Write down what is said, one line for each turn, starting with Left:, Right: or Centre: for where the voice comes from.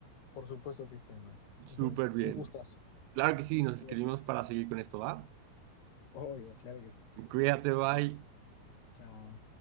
Left: Por supuesto que sí, hermano. Entonces,
Right: Súper bien.
Left: un gustazo.
Right: Claro que sí, nos
Left: Cuídate.
Right: escribimos para seguir con esto, ¿va?
Left: Obvio, claro que sí.
Right: Cuídate, bye.
Left: Chao.